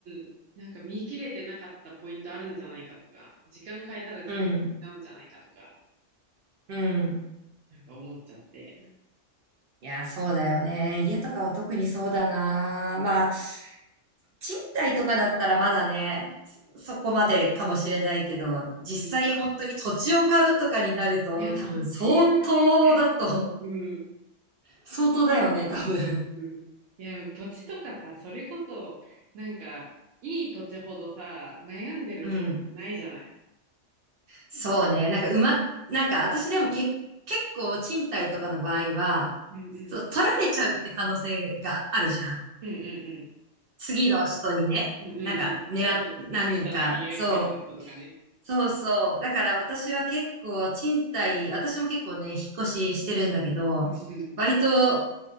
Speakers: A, on the right; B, on the right.
A: ん、なんか見切れてなかったポイントあるんじゃないかとか、時間変えたら全然違うんじゃないかとか、
B: うん、うん。
A: なんか思っちゃって。
B: いや、そうだよね。家とかは特にそうだな。まあ、賃貸とかだったらまだね、そそこまでかもしれないけど、実際本当に土地を買うとかになると、
A: うん。いや、
B: 多分相当だと、
A: 土地はね、うん、うん、
B: 相当だよね、多分。
A: うん。いや、土地とかさ、それこそ、なんか、いい土地ほどさ、悩んでる時間ないじゃない。
B: うん。そうね。なんかうま、なんか私でもけ、結構賃貸とかの場合は、
A: うんうん
B: そう、取られちゃうって可能性があるじゃん。
A: うん
B: 次の人にね、
A: うんうんうんうんうん今次の内見予約入ってる人とかね
B: なんか狙っ、何人か、そう、そうそう。だから私は結構賃貸、私も結構ね、引っ越ししてるんだけど、
A: うんうん
B: 割と